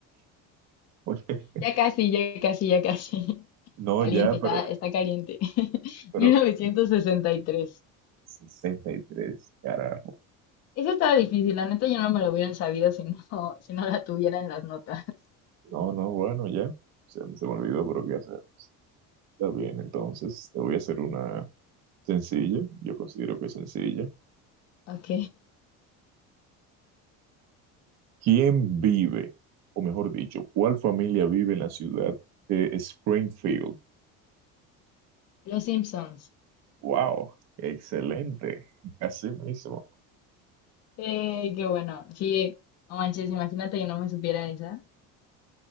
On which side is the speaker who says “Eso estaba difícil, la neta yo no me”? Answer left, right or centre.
Left